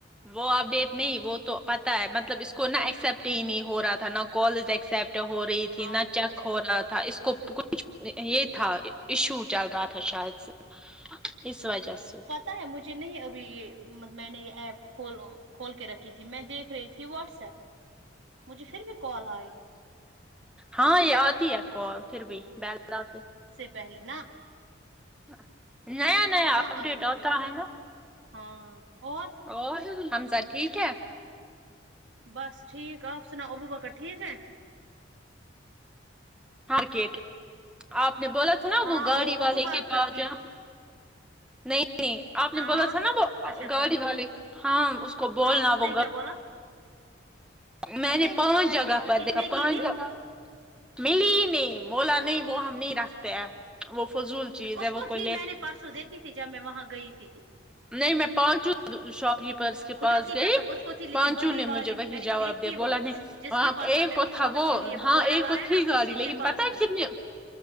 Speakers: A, in the centre; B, on the right.
A: وہ اپڈیٹ نہیں وہ تو پتا ہے مطلب اس کو نہ ایکسیپٹ ہی نہیں ہو رہا تھا نہ کالز ایکسپٹ ہو رہیھی تھی
B: اچھا
A: نہ چیک
B: اچھا
A: ہو
B: اچھا
A: رہا
B: اچھا
A: تھا تھا اس کو کچھ یہ تھا ایشو چل رہا تھا شاید سے اسس وجہ ست
B: تا ہے مجھے نہیں ابھی یہ میں نے یہ ایپ کول کھول کے رکھی تھی میں دیکھ رہی تھی واٹس ایپ مجھے پھر بھی کال آئی
A: ہاں یہ آتی ہے کال پھر بھی بی آتی
B: پہلن
A: <inaudible>
B: نہ
A: اپڈیٹ
B: آتی
A: ہوتا
B: تھی
A: ہے نا
B: ہاں اور
A: اور حمزہ ٹھیک ہے
B: بس ٹھیک آپ سناؤ ابو بکر ٹھیک ہے
A: مارکیٹ آپ نے بولا تھا نا
B: ہاں
A: وہ گاڑی
B: ابو
A: والے
B: بکر
A: کے پاس
B: کی
A: جا نہیں نہیں آپ نے
B: ہاں
A: بولا تھا نا وہ
B: اچھا گڑ
A: گاڑی والک ہاں اس کو بولنا
B: ہاں اس
A: وہ
B: نے کیا بولا
A: میں نے پانچ جگہ پر
B: کتنے
A: دکھا پانچ
B: کی دی
A: جگ ملی نہیں بولا نہیں وہ ہم نہیں رکھتے ہیں وہ فضول چیز
B: اس
A: ہے وہ
B: کو تھی
A: لے
B: میں نے پرسوں دیکھی تھی جب میں وہاں گئی تھی
A: نہیں میں پانچو شاپکیپرس کے
B: خدا
A: پاس
B: کی
A: گئی
B: قسم اس کو تھی لیکن
A: پانچوں
B: بڑی
A: نے
B: والی میں
A: ہی
B: نے
A: جواب
B: دیکھی
A: دیا بولا
B: وہ
A: نے
B: جس
A: وہاں
B: کے پاس
A: ایک
B: ہم نے
A: کو
B: ابو
A: تھا
B: بکر
A: وہ
B: کے لیے
A: ہاں
B: گھوڑا
A: ایک
B: لایا
A: کو تھی
B: نا
A: گاڑی
B: اسی
A: لیکن
B: کے پاس
A: پتا
B: تھی
A: ہے کتنے